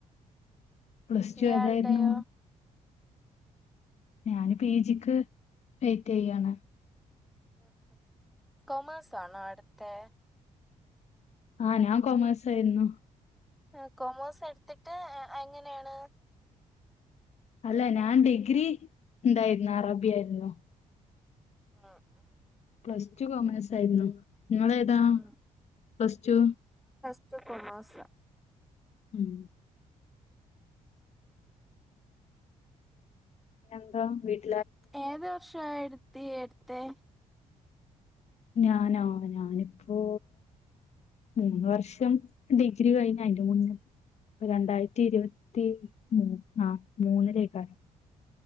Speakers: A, on the left; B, in the centre.
A: പ്ലസ് ടു
B: ഇയാളുടെയോ
A: ഏതായിരുന്നു. ഞാന് പി ജിക്ക് വെയിറ്റ് ചെയ്യാണ്.
B: അ ആഹ് കൊമേഴ്സ് ആണോ എടുത്തെ
A: ആഹ് ഞാൻ കോമേഴ്സ് ആയിരുന്നു.
B: ആ കൊമോഴസ് എടുത്തിട്ട് എങ്ങനെയാണ്.
A: അല്ല, ഞാൻ ഡിഗ്രി ഇണ്ടായിരുന്നു അറബിയായിരുന്നു.
B: ആഹ് ആഹ്
A: പ്ലസ് ടു കോമേഴ്സ് ആയിരുന്നു, നിങ്ങളേതാ
B: ഉം
A: പ്ലസ് ടു.
B: <unintelligible> കോമേഴ്‌സാ.
A: ഉം. പിന്നെന്താ വീട്ട്
B: ഏത് വർഷാ ആ എടുത്തി എടുത്തെ
A: ഞാനോ ഞാനിപ്പോ മൂന്ന് വർഷം ഡിഗ്രി കഴിഞ്ഞ് അയ്ന്റെ മുന്ന് രണ്ടായിരത്തി ഇരുപത്തി മൂന്നാ മൂന്നിലേക്കാരം